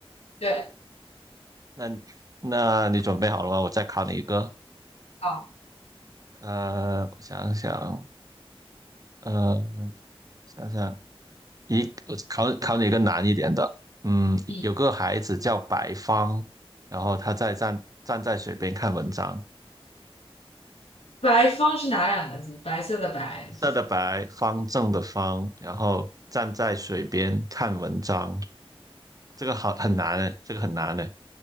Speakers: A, on the left; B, on the right.
A: 对，
B: 那那你准备好了吗？我再考你一个。
A: 哦，
B: 呃，我想想，呃，想想一考考你一个难一点的，嗯，
A: 嗯，
B: 有个孩子叫白方，然后他在站站在水边看文章，
A: 白方是哪两个字？白色的白。
B: 白色的白，方正的方，然后站在水边看文章，这个好很难诶，这个很难诶，